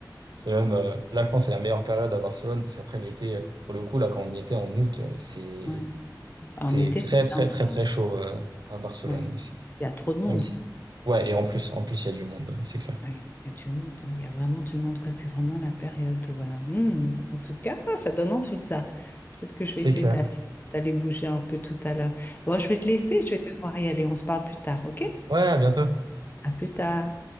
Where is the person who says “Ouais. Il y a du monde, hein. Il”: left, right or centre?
Left